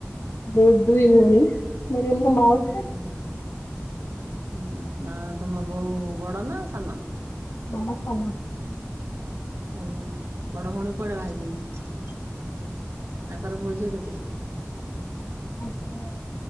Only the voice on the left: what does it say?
ବୋଉ ଦୁଇ ଭଉଣୀ ମାନେ ମୋ ମାଉ
<unintelligible>
ତାଙ୍କର